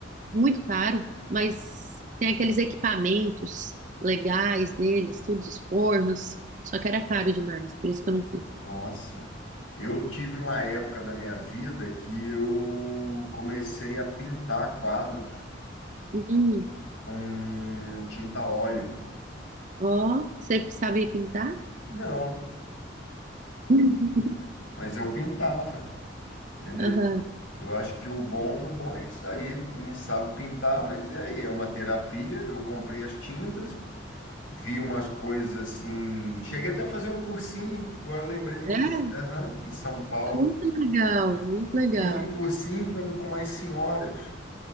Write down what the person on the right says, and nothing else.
muito caro, mas tem aqueles equipamentos legais deles, tudo os fornos. Só que era caro demais, por isso que eu não fiz.
Hum,
ó, você sabe pintar?
<laughs>
Aham.
É,
muito legal, muito legal.